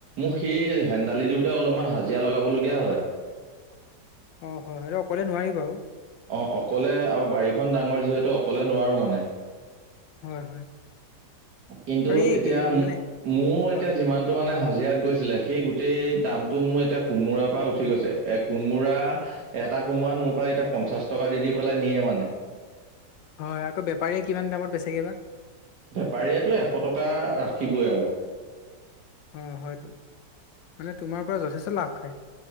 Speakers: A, on the right; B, on the left.
A: মোৰ সেই হেন্দালি দিওঁতে অলপমান হাজিৰা লগাবলগীয়া হয়।
B: অ', হয় আৰু অকলে নোৱাৰি বাৰু
A: অ', অকলে আৰু বাৰীখন ডাঙৰ যিহেতু অকলে নোৱাৰো মানে
B: হয় হয়
A: কিন্তু,
B: আৰু এই
A: এতিয়া‌
B: কি
A: মো-
B: মানে
A: মোৰ,
B: কোৱা
A: এতিয়া যিমানতটো মানে হাজিৰাাত গৈছিলে সেই গোটেই দামটো মোৰ এতিয়া কোমোৰাৰ পৰা উঠি গৈছে এক কোমোৰা এটা কোমোৰাত মোৰ পৰা এতিয়া পঞ্চাশ টকা দি, দি পেলাই নিয়ে মানে।
B: হয়, আকৌ বেপাৰীয়ে কিমান দামত বেচেগে বা
A: বেপাৰীয়েতো এশ টকা ৰাখিবই আৰু।
B: অ, হয়তো মানে তোমাৰ পৰা যথেষ্ট লাভ খায়।